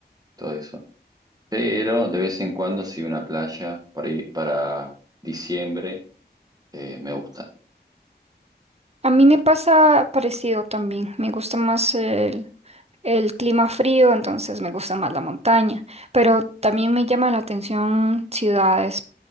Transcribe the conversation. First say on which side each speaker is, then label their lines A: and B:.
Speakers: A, on the right; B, on the right.
A: todo eso. Pero de vez en cuando sí una playa para para diciembre eh, me gusta.
B: A mí me pasa parecido también. Me gusta más el, el clima frío, entonces me gusta más la montaña. Pero también me llama la atención ciudades